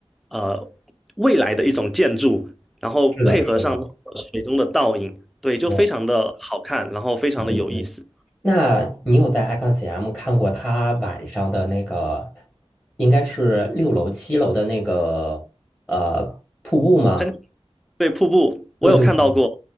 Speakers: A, in the centre; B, on the left (about 15°).
A: 呃未来的一种建筑，然后配合上
B: 是的，是的，
A: 水中的倒影，对，就非常的好看，
B: 对
A: 然后非常的有意思。
B: 对对对。那你有在 Icon CM 看过他晚上的那个，应该是六楼、七楼的那个呃瀑布吗？
A: 喷，对，瀑布我有看到过，
B: 对对对